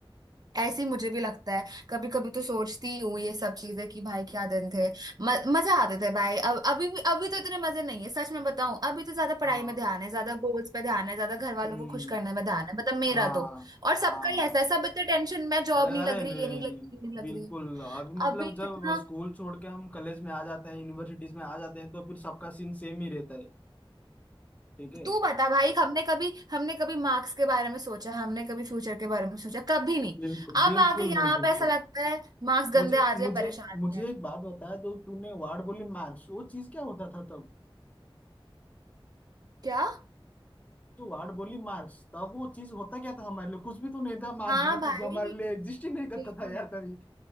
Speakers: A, on the right; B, on the left.
A: ऐसे ही मुझे भी लगता है कभी कभी तो सोचती ही हूँ ये सब चीजें कि भाई क्या दिन थे म, मजा आते थे भाई अब अभी भी अभी तो इतने मजे नहीं है सच में बताऊं अभी तो ज्यादा पढ़ाई
B: हाँ
A: में ध्यान है ज्यादा गोल्स पे ध्यान है ज्यादा घर वालों
B: हम्म
A: को खुश करने में ध्यान है मतलब मेरा
B: हाँ
A: तो और सबका
B: हाँ
A: ही ऐसा है सब इतने टेंशन में जॉब
B: अरे
A: नहीं लग
B: नहीं
A: रही ये नहीं
B: नहीं
A: लग रही ये नहीं लग
B: बिल्कुल
A: रही
B: अभी मतलब
A: अभी कितना
B: जब स्कूल छोड़ के हम कॉलेज में आ जाते हैं यूनिवर्सिटीज में आ जाते हैं तो फिर सबका सीन सेम ही रहता है ठीक है
A: तू बता भाई हमने कभी हमने कभी मार्क्स के बारे में सोचा हमने कभी फ्यूचर के बारे में सोचा कभी नहीं
B: बिल्कुल
A: अब
B: बिल्कुल
A: आके यहाँ
B: नहीं बिल्कुल
A: पे ऐसा लगता है मार्क्स गंदे
B: मुझे
A: आ जाए
B: मुझे
A: परेशानी
B: मुझे
A: है
B: एक बात बताया तो तूने वार्ड बोली मार्क्स वो चीज क्या होता था तब
A: क्या
B: तो वार्ड बोली मार्क्स तब वो चीज होता क्या था हमारे लिए कुछ भी तो नहीं था मार्क्स
A: हाँ
B: जैसा
A: भाई
B: चीज हमारे लिए एग्जिस्ट ही नहीं करता
A: बिल्कुल
B: था यार तभी